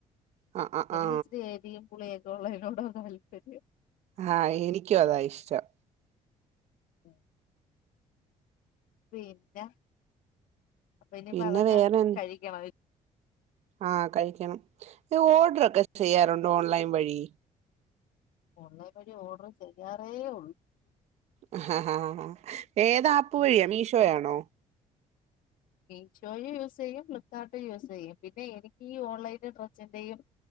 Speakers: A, on the right; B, on the left.
A: ആ ആ
B: എനിക്ക്
A: ആ
B: ഇച്ചിരി എരിയും പുളിയും തൊളേം നോടാ താല്പര്യം
A: ആ എനിക്കു അതാ ഇഷ്ടം
B: ഉ പിന്ന അപ്പൊ ഇനിപ്പോ
A: പിന്നെ
B: അതൊക്കെ
A: വേറെ എന്ത്-
B: കഴിക്കണം
A: ആ കഴിക്കണം ഈ ഓർഡറൊക്കെ ചെയ്യാറുണ്ട് ഓൺലൈൻ വഴി
B: ഓൺലൈൻ വഴി ഓർഡർ ചെയ്യാറേ ഒള്ളൂ
A: ആ ഹാ ഹാ ഹാ ഏതാ ആപ് പ്പു വഴിയാ മീഷോയാണോ
B: മീഷോയും യൂസ് ചെയ്യും ഫ്ലിപ്കാർട്ട് യൂസ് ചെയ്യും പിന്നെ എനിക്ക് ഈ ഓൺലൈന്റ ഡ്രസ്സിന്റെയും